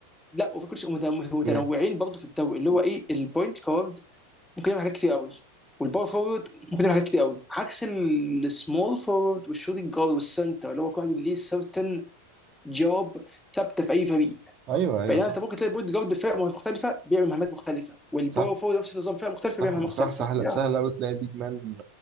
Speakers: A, in the centre; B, on the right (about 45°).
A: لا وفي كل شيء مت- متنوعين
B: اوكي
A: برضه في الدوري اللي هو ايه البوينت كارد ممكن يعمل حاجات كتير قوي والباور فورورد ممكن يعمل حاجات كتير قوي عكس ال- السمول فورورد والشوتنج جارد والسنتر اللي هو كل واحد ليه سيرتن جوب ثابته في اي فريق
B: ايوه ايوه
A: بينما
B: صح
A: انت ممكن تلاقي البوينت جارد فرقه مختلفه بيعمل مهمات مختلفه والباور
B: صح
A: فورورد نفس النظام فرقه مختلفه
B: صح
A: بيعمل مهمات
B: صح
A: مختلفه
B: سهل
A: يا
B: سهل أوي تلاقي بيج مان